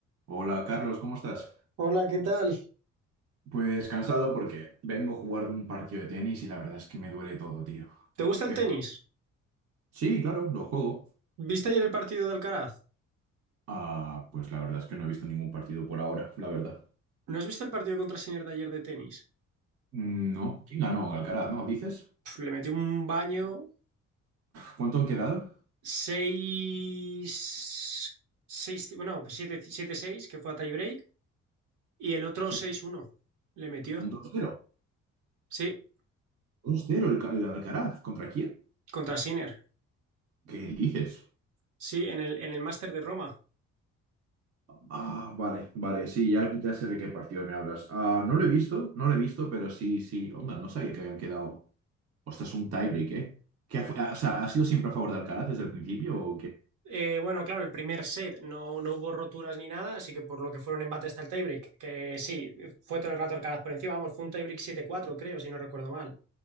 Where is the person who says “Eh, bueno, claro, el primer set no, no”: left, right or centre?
Right